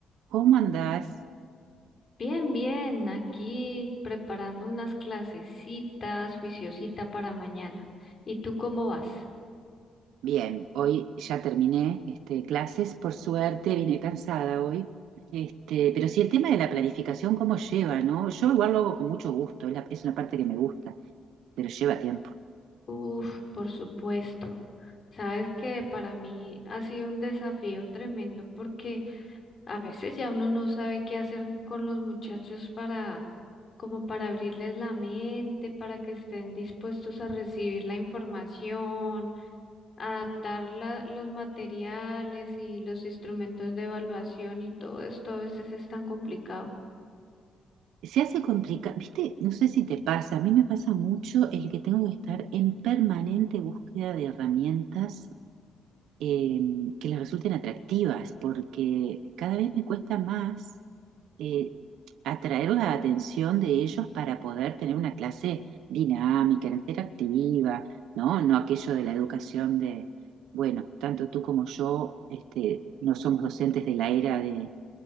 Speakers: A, on the right; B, on the left.
A: ¿Cómo andás?
B: Bien, bien, aquí preparando unas clasecitas, juiciosita para mañana. ¿Y tú cómo vas?
A: Bien, hoy ya terminé este, clases, por suerte, vine cansada hoy. Este, pero sí, el tema de la planificación, ¿cómo lleva, no? Yo igual lo hago con mucho gusto, es la- es una parte que me gusta, pero lleva tiempo.
B: Uf, por supuesto. Sabes que para mí ha sido un desafío tremendo porque a veces ya uno no sabe qué hacer con los muchachos para, como para abrirles la mente, para que estén dispuestos a recibir la información adaptar la- los materiales y los instrumentos de evaluación y todo esto a veces es tan complicado.
A: Se hace complicado, viste, no sé si te pasa, a mí me pasa mucho el que tengo que estar en permanente búsqueda de herramientas eh, que les resulten atractivas, porque cada vez me cuesta más eh, atraer la atención de ellos para poder tener una clase dinámica, interactiva, ¿no? No aquello de la educación de, bueno, tanto tú como yo, este, no somos docentes de la era de